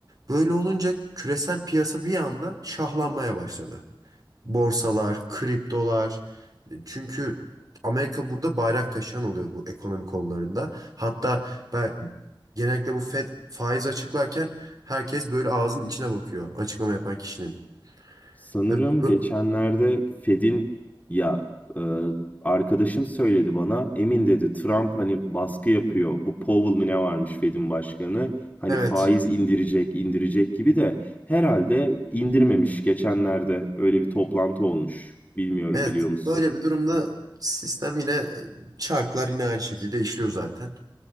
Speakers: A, on the right; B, on the left.
A: Böyle olunca küresel piyasa bir anda şahlanmaya başladı. borsalar, kriptolar. Çünkü Amerika burada bayrak taşıyan oluyor bu ekonomi konularında. Hatta ben genellikle bu Fed faiz açıklarken herkes böyle ağzının içine bakıyor açıklama yapan kişinin.
B: Sanırım
A: E, bu-
B: geçenlerde Fed'in ya e, arkadaşım söyledi bana. Emin dedi Trump hani baskı yapıyor. Bu Powell mi ne varmış Fed'in başkanı. Hani
A: Evet,
B: faiz indirecek, indirecek gibi de herhalde indirmemiş geçenlerde. Öyle bir toplantı olmuş. Bilmiyorum
A: evet.
B: biliyor musun?
A: Böyle bir durumda sistem yine e, çarklar yine aynı şekilde işliyor zaten.